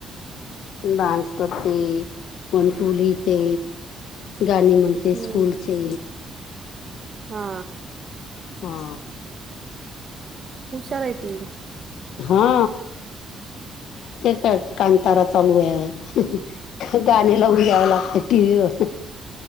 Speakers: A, on the left; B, on the right.
A: डान्स करते, वन टू लिहिते, गाणी म्हण ते
B: हम्म
A: स्कूलचे.
B: हा.
A: हा.
B: हुशार आहे ती.
A: हा ते काय कांतारा चालू आहे. क गाणे लावून घ्यावं लागते टी व्ही वर अ हं.